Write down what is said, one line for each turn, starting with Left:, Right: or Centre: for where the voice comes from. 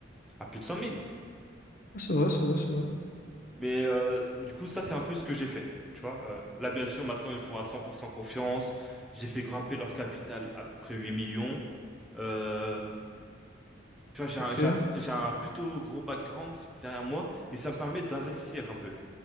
Centre: à plus de 100 000.
Left: Ah, C'est vrai, c'est vrai, c'est vrai.
Centre: Mais euh, du coup, ça, c'est un peu ce que j'ai fait. Tu vois, Euh, là, bien sûr, maintenant, ils me font à 100% confiance. J'ai fait grimper leur capital à peu près 8 millions. Euh, tu vois, j'ai
Left: Ok.
Centre: un, j'ai un- j'ai un plutôt gros background derrière moi et ça me permet d'investir un peu.